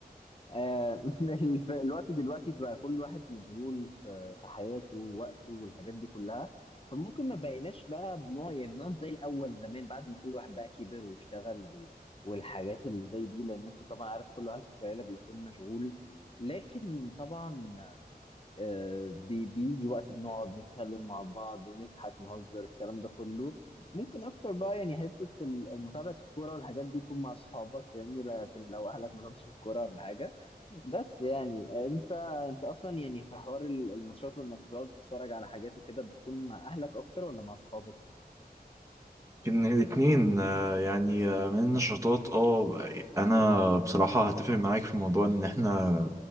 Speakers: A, on the left; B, on the right.
A: آه، <laughs> الف- الوقت دلوقتي تبقى كل واحد مشغول في في حياته ووقته والحاجات دي كلها فممكن ما بقيناش بقى بنوع يعني بنقعد زي الاول زمان بعد ما كل واحد بقى كبر واشتغل وال- والحاجات اللي زي دي لان انت طبعا عارف كل واحد في العيله بيكون مشغول لكن طبعا آه، بي- بيجي وقت بنقعد نتكلم مع بعض نضحك نهزر الكلام ده كله ممكن اكتر بقى يعني حته ال- متابعه الكوره والحاجات دي يكون مع اصحابك فاهمني لكن لو اهلك مالهمش في الكوره ولا حاجه بس يعني آه، انت انت اصلا يعني في حوار ال- الماتشات وانك بتقعد تتفرج على حاجات وكده بتكون مع اهلك اكتر ولا مع اصحابك؟
B: إن الاتنين آه، يعني آه، من النشاطات اه انا بصراحة هتفق معاك في موضوع ان احنا